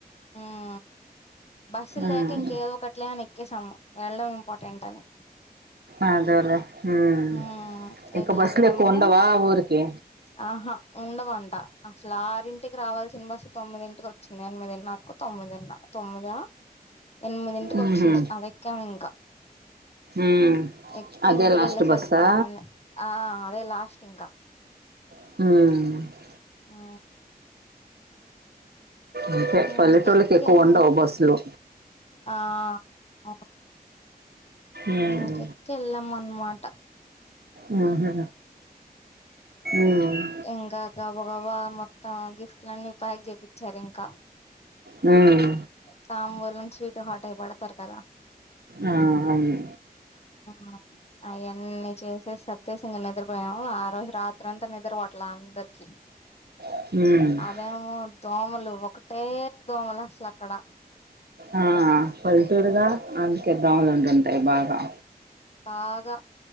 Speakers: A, on the left; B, on the right.
A: ఉమ్ బస్సులు
B: ఉమ్
A: లేక ఇంక ఏదో ఒకట్లే అని ఎక్కేసాము వెళ్ళడం ఇంపార్టెంట్ అని
B: అదేలే ఉమ్
A: ఉమ్ వెళ్ళాము
B: ఇంకా బస్లు ఎక్కువుండవా ఆ ఊరికి
A: ఆహా ఉండవంట అసలు ఆరింటికి రావాల్సిన బస్ తొమ్మిదింటికి వొచ్ చ్చి ఎనిమిదిన్నరకో తొమ్మిదిన్నరకో తొమ్మిదా ఎన్మిదింటికి
B: ఉహు
A: వొచ్చింది అదెక్కామింకా
B: ఉమ్
A: ఎక్కి
B: అదే
A: ఇంటికెళ్ళేసరికి
B: లాస్ట్ బస్సా
A: పదైంది ఆ అదే లాస్ట్ ఇంకా
B: మ్
A: మ్
B: అంతే
A: ఉమ్
B: పల్లెటూళ్ళకి
A: చెక్కి
B: ఎక్కువుండవు
A: వెళ్ళిన
B: బస్సులు
A: ఆ అవున్
B: ఉమ్
A: మ్మ్ చెర్చ్ కెళ్ళాం అన్మాట
B: మ్ ఉహు ఊమ్
A: ఇంకా గబా గబా మొత్తం గిఫ్ట్లన్నీ ప్యాక్ జేపిచ్చారు ఇంకా
B: మ్
A: తాంబూలం స్వీట్ హాట్ అయి పెడ్తారు కదా
B: ఆ అవును
A: మ్ అయన్నీ చేస్ సర్దెసి ఇంగ నిద్రపోయాము ఆ రోజు రాత్రంతా నిద్రపట్లా అందర్కి
B: మ్
A: వా మో దోమలు ఒకటే దోమలు అసలక్కడ
B: ఆ పల్లెటూరుగా అందుకే దోమలు ఉండింటాయి బాగా
A: బాగా